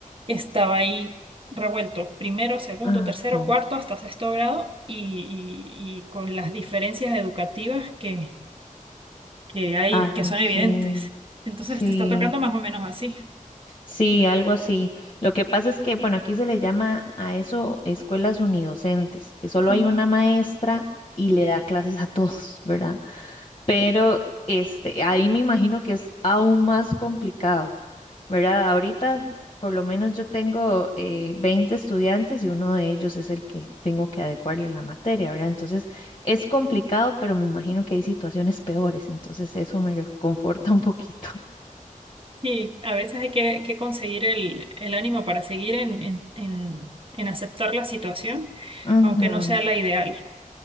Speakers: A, on the right; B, on the left.
A: estaba ahí revuelto, primero, segundo,
B: Ah,
A: tercero,
B: sí.
A: cuarto, hasta sexto grado, y, y y con las diferencias educativas que, que hay,
B: Ay,
A: que son evidentes.
B: sí,
A: Entonces
B: sí,
A: te está tocando más o menos así.
B: sí, algo así. Lo que pasa es que, bueno, aquí se le llama a eso escuelas unidocentes, que solo
A: Mm.
B: hay una maestra y le da clases a todos, ¿verdad? pero este, ahí me imagino que es aún más complicado, ¿verdad? Ahorita por lo menos yo tengo eh, 20 estudiantes y uno de ellos es el que tengo que adecuarle la materia, ¿verdad? Entonces es complicado, pero me imagino que hay situaciones peores, entonces eso me reconforta un poquito.
A: Sí, a veces hay que, que conseguir el, el ánimo para seguir en, en, en, en aceptar la situación,
B: Ujú,
A: aunque no sea la ideal.